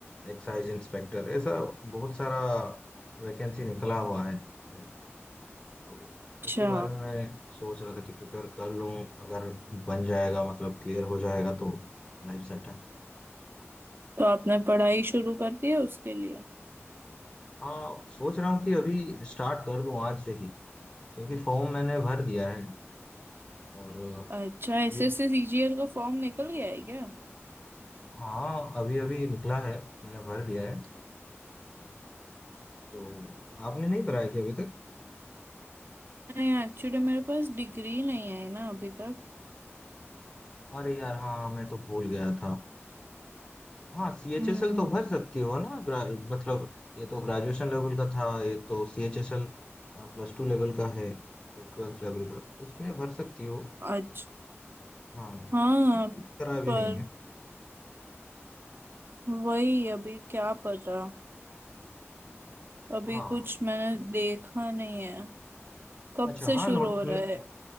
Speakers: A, on the left (about 15°); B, on the right (about 50°).
A: एक्साइज इंस्पेक्टर ऐसा बहुत सारा वैकेंसी निकला हुआ है अभी तो
B: अच्छा
A: उसके बारे में मैं सोच रहा था कि प्रिपेयर कर लूँ अगर बन जाएगा मतलब क्लियर हो जाएगा तो लाइफ सेट है
B: तो आपने पढ़ाई शुरू कर दी है उसके लिए
A: हाँ सोच रहा हूँ कि अभी स्टार्ट कर दूँ आज से ही क्योंकि फॉर्म मैंने भर दिया है और
B: अच्छा एसएससी
A: यू
B: सीजीएल का फॉर्म निकल गया है क्या
A: हाँ अभी अभी निकला है मैंने भर दिया है तो आपने नहीं भरा है क्या अभी तक
B: नहीं एक्चुअली मेरे पास डिग्री नहीं आई ना अभी तक
A: अरे यार हाँ मैं तो भूल गया था हाँ सी एच
B: हम्म
A: एस एल तो भर सकती हो ना ग्रा, मतलब ये तो ग्रेजुएशन लेवल का था ये तो C H S L plus two level का है तो ट्वेल्थ लेवल का उसमें भर सकती हो
B: अच्छा
A: हाँ
B: हाँ
A: उसमें कुछ करा भी
B: पर
A: नहीं है
B: वही अभी क्या पता अभी
A: हाँ
B: कुछ मैंने देखा नहीं है कब
A: अच्छा
B: से
A: हाँ
B: शुरू
A: नोट
B: हो रहा
A: मैं-
B: है